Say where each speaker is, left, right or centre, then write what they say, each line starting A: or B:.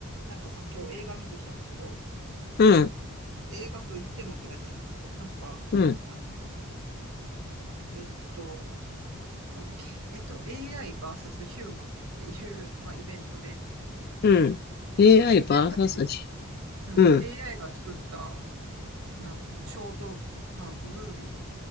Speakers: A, on the right (about 70°); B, on the left (about 45°).
A: なんかさ、今日映画見てきたんだけど、
B: うん、
A: 映画と言ってもって感じなんだけど、なんか、
B: うん、
A: あの、えーっと、なんだっけ、えーっと、AI v スヒューマンっていう、まあ、イベントで、
B: うん。AI
A: なんか AI
B: バーサス
A: が作っ、うん、
B: うん。
A: AI が作った、なんつうの、ショート、まあ、ムービー